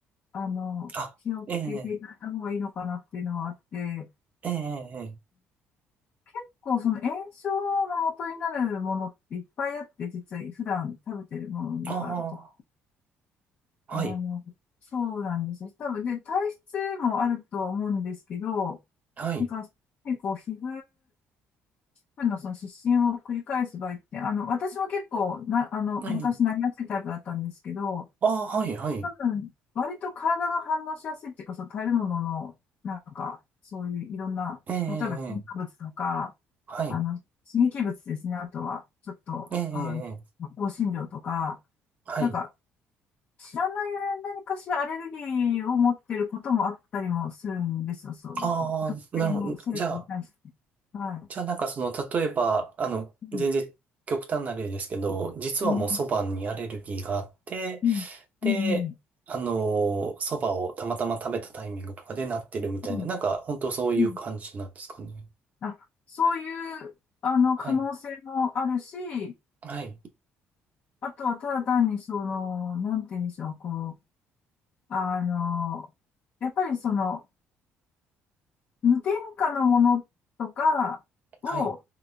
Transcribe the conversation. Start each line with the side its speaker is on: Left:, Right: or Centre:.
Left: あの、
Right: あ、
Left: 気をつけていただいた方がいいのかなっていうのはあって、
Right: ええ、ええ、ええ、ええ
Left: 結構その炎症の元になるものっていっぱいあって、実は普段食べてるものの中と、
Right: ああ、
Left: あの、
Right: はい、
Left: そうなんですよ。多分、で、体質もあるとは思うんですけど、
Right: はい、
Left: なんか、結構皮膚分のその失神を繰り返す場合って、あの、私も結構な、あの、
Right: ええ、
Left: 昔なりやすいタイプだったんですけど、
Right: ああ、はい、はい、
Left: 多分、割と体が反応しやすいっていうか、その食べ物の、なんか、そういういろんな、
Right: ええ、ええ、
Left: 例えば、添加物とか、
Right: ええはい、
Left: あの、刺激物ですね。あとは、ちょっと、
Right: ええ、ええ、
Left: あの、
Right: ええ
Left: 香辛料とか、
Right: はい。
Left: なんか、知らない何かしらアレルギーを持ってることもあったりもするんですよ。そう、
Right: ああ、
Left: 特定の成分に対して。
Right: なるほど。じゃあ、
Left: はい。
Right: じゃあなんかその、例えば、あの、
Left: う
Right: 全然極端な例ですけど、実はもう蕎麦にアレルギーがあって、
Left: んうん、
Right: で、
Left: うん、
Right: あの、蕎麦をたまたま食べたタイミングとかでなってるみたいな、
Left: うん、
Right: なんか本当そういう感じなんですかね。
Left: うん。あ、そういう、あの、
Right: はい。
Left: 可能性もあるし、
Right: はい。
Left: あとはただ単にその、なんて言うんでしょう、こう、あの、やっぱりその、無添加のものとかを
Right: はい。